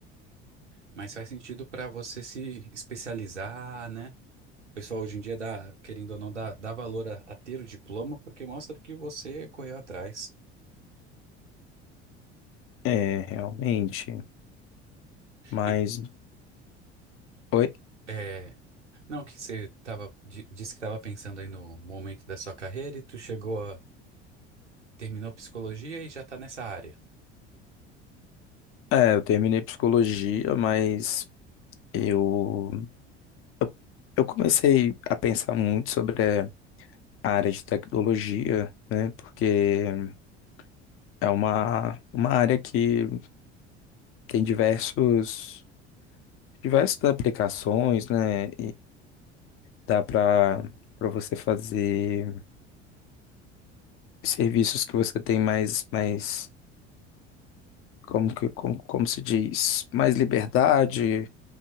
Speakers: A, on the right; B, on the left.
A: mas faz sentido para você se especializar, né? O pessoal hoje em dia dá, querendo ou não, dá, dá valor a, a ter o diploma porque mostra que você correu atrás.
B: é, realmente. Mas,
A: E,
B: oi?
A: é, Não, que você tava, di- disse que estava pensando aí no momento da sua carreira e tu chegou a, terminou psicologia e já tá nessa área.
B: É, eu terminei psicologia, mas eu, eu, eu comecei a pensar muito sobre a área de tecnologia, né, porque é uma, uma área que tem diversos diversas aplicações, né? Dá para para você fazer serviços que você tem mais mais como que como, como se diz, mais liberdade.